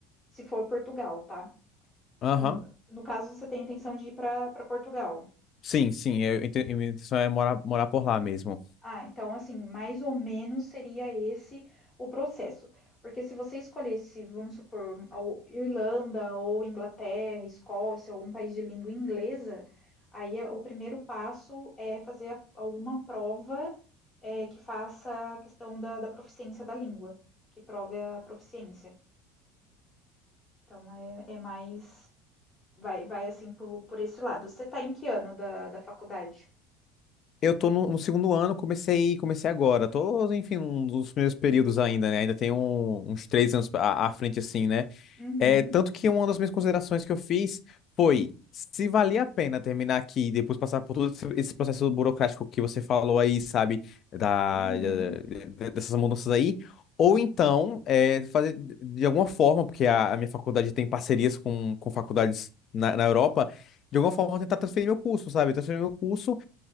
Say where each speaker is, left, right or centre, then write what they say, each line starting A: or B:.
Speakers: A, on the left; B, on the left.
A: se for Portugal, tá?
B: Aham.
A: Ou No, no caso, você tem a intenção de ir para Portugal.
B: Sim, sim, eu, inte- minha intenção é morar, morar por lá mesmo.
A: Ah, então, assim, mais ou menos seria esse o processo. Porque se você escolhesse, vamos supor, ao- Irlanda ou Inglaterra, Escócia, ou um país de língua inglesa, aí é- o primeiro passo é fazer a- alguma prova é, que faça a questão da, da proficiência da língua, que prove a proficiência. Então, é é mais. Vai vai assim por por esse lado. Você tá em que ano da da faculdade?
B: Eu tô no, no segundo ano, comecei, comecei agora. Tô, enfim, um dos primeiros períodos ainda, né? Ainda tenho um- uns três anos à, à frente, assim, né?
A: Uhum,
B: É, tanto que uma das minhas considerações que eu fiz foi se valia a pena terminar aqui e depois passar por todo esse esse processo burocrático que você falou aí, sabe, da,
A: uhum,
B: da- dessas mudanças aí, ou então é, fazer de alguma forma, porque a, a minha faculdade tem parcerias com, com faculdades na, na Europa, de alguma forma tentar transferir meu curso, sabe, transferir meu curso,